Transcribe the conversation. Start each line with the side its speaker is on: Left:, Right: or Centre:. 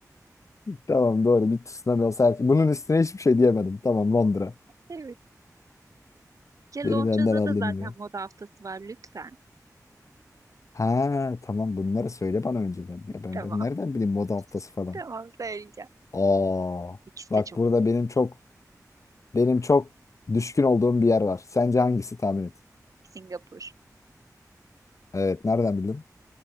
Left: Tamam doğru bir tsunami olsa herkes... Bunun üstüne hiçbir şey diyemedim. Tamam Londra.
Right: Evet. Ya Londra'da
Left: Beni benden aldın
Right: da zaten
Left: yine.
Right: moda haftası var lütfen.
Left: Ha tamam bunları söyle bana önceden. Ya ben,
Right: Tamam,
Left: ben nereden
Right: <laughs>
Left: bileyim moda haftası falan.
Right: tamam söyleyeceğim.
Left: Aa,
Right: İkisi
Left: bak
Right: de çok
Left: burada
Right: iyi.
Left: benim çok benim çok düşkün olduğum bir yer var. Sence hangisi tahmin et?
Right: Singapur.
Left: Evet, nereden bildin?